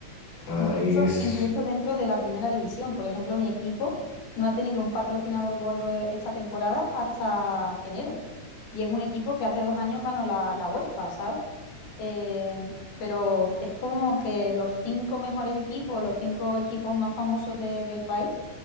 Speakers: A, on the left; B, on the left.
A: O sea,
B: Incluso,
A: es...
B: incluso dentro de la primera división. Por ejemplo, mi equipo no ha tenido un patrocinador gordo e- esta temporada hasta enero. Y es un equipo que hace dos años ganó la, la UEFA, ¿sabes? Eh, pero es como que los cinco mejores equipos, los cinco equipos más famosos de- del país,